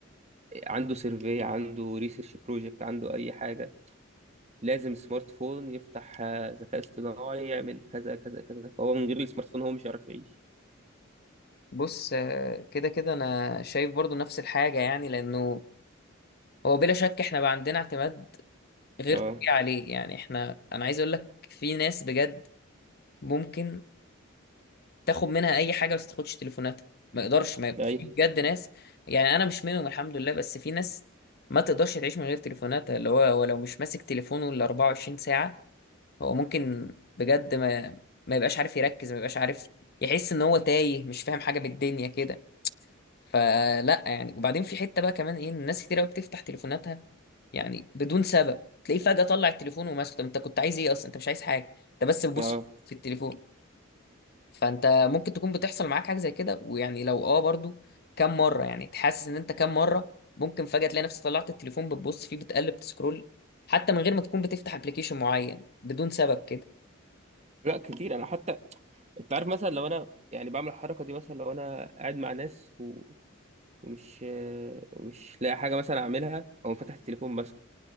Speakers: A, on the right; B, on the left.
A: عنده سيرفي عنده ريسيرش بروجكت عنده اي حاجه لازم سمارت فون يفتح آه، ذكاء اصطناعي يعمل كذا كذا كذا فهو من غير السمارت فون هو مش هيعرف يعيش
B: بص آه، كده كده انا شايف برضو نفس الحاجة يعني لانه هو بلا شك احنا بقى عندنا اعتماد غير
A: اه
B: طبيعي عليه يعني احنا انا عايز اقول لك في ناس بجد ممكن تاخد منها اي حاجه بس تاخدش تليفوناتها ما يقدرش ما
A: ايوه
B: في بجد ناس يعني انا مش منهم الحمد لله بس في ناس ما تقدرش تعيش من غير تليفوناتها اللي هو هو لو مش ماسك تليفونه ال 24 ساعه هو ممكن بجد ما ما يبقاش عارف يركز ما يبقاش عارف يحس ان هو تايه مش فاهم حاجه بالدنيا كده فلا يعني وبعدين في حته بقى كمان ايه إن الناس كتير قوي بتفتح تليفوناتها يعني بدون سبب تلاقيه فجاه طلع التليفون وماسكه طب انت كنت عايز ايه اصلا انت مش عايز حاجه انت بس بتبص
A: اه
B: في التليفون فانت ممكن تكون بتحصل معاك حاجه زي كده ويعني لو اه برضو كم مره يعني تحسس ان انت كم مره ممكن فجاه تلاقي نفسك طلعت التليفون بتبص فيه بتقلب تسكرول حتى من غير ما تكون بتفتح ابلكيشن معين بدون سبب كده
A: لا كتير انا حتى انت عارف مثلا لو انا يعني بعمل الحركه دي مثلا لو انا قاعد مع ناس و... ومش آه، ومش لاقي حاجه مثلا اعملها او فاتح التليفون ماسكه